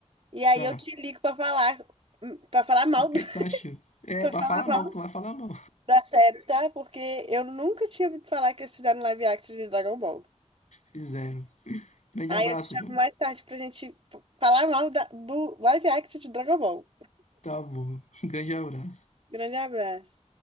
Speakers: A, on the right; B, on the left.
A: E aí
B: Tá.
A: eu te ligo pra falar. hum, Pra falar mal
B: E o que
A: do, <laughs>
B: que tu achou? É,
A: pra
B: pra
A: falar
B: falar
A: mal
B: mal, que tu vai falar mal.
A: da série, tá? Porque eu nunca tinha ouvido falar que eles fizeram live action de Dragon Ball.
B: Fizeram. Grande
A: Aí
B: abraço,
A: eu te chamo
B: Joana.
A: mais tarde pra gente f- falar mal da- do live action de Dragon Ball.
B: Tá bom. <laughs> grande abraço.
A: Grande abraço.